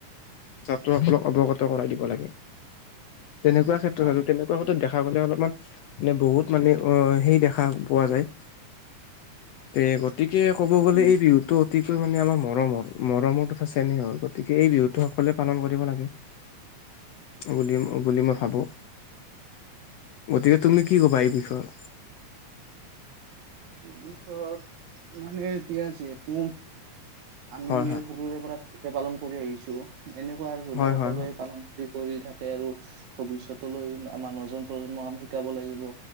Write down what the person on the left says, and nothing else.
ছাত্ৰ সকলক অৱগত কৰাই দিব লাগে। তেনেকুৱা ক্ষেত্ৰত
আৰু তেনেকুৱা ক্ষেত্ৰত দেখা দেখা গ'লে অলপমান, মানে বহুত মানে, অ'! সেই দেখা পোৱা যায়। তে গতিকে, ক'ব গ'লে!
এই, বিহুটো অতিকৈ মানে, আমাৰ মৰমৰ! মৰমৰতো চেনেহ হ'ল। গতিকে, এই বিহুটো সকলোৱে পালন কৰিব লাগে, বুলি, বুলি মই ভাবোঁ! গতিকে, তুমি কি ক'বা এই বিষয়ে?
হয়
হয়
হয় হয়